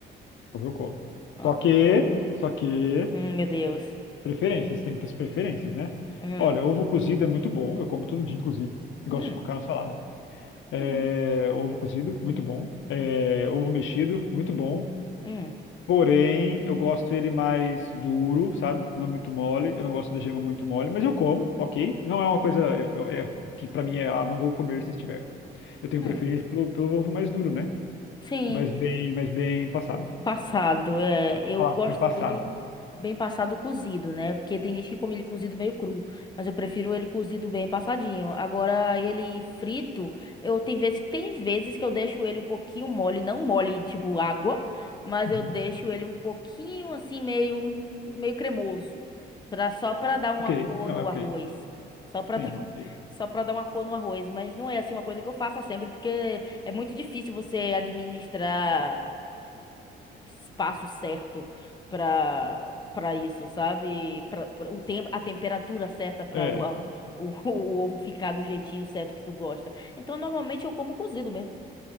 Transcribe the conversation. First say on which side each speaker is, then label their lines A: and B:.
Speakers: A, on the left; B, on the left.
A: eu como.
B: Ah,
A: Só que, só que
B: hum, meu Deus.
A: preferências, tem pre- preferências, né?
B: Hum,
A: Olha, ovo cozido é muito bom, eu como todo dia, inclusive. Gosto
B: hum,
A: de colocar na salada. É,
B: uhum,
A: ovo cozido, muito bom. É,
B: hum,
A: ovo mexido, muito bom.
B: hum,
A: Porém, eu gosto ele mais duro, sabe? Não muito mole. Eu não gosto da gema muito mole, mas eu como, ok? Não é uma coisa é, é- é, que pra mim é, ah, não vou comer se estiver. Eu tenho
B: hum.
A: preferência pelo, pelo ovo mais duro, né?
B: Sim.
A: Mas bem, mas bem passado.
B: Passado, é.
A: É, Vamos
B: Eu
A: falar,
B: gosto
A: bem passado.
B: dele bem passado cozido, né? Porque tem gente que come ele cozido meio cru, mas eu prefiro ele cozido bem passadinho. Agora, ele frito, eu tem vezes, tem vezes que eu deixo ele um pouquinho mole, não mole tipo água, mas
A: Uhum.
B: eu deixo ele um pouquinho assim meio meio cremoso, para só para dar uma
A: Ok,
B: cor
A: não,
B: no
A: é ok.
B: arroz. Só para
A: Sim,
B: <laughs> dar uma,
A: ok.
B: só para dar uma cor no arroz, mas não é assim uma coisa que eu faça sempre, porque é muito difícil você administrar espaço certo para para isso, sabe? Pra, pra- o tempo, a temperatura certa para
A: É.
B: o, a- o, <laughs> o ovo ficar do jeitinho certo que tu gosta. Então, normalmente eu como cozido mesmo.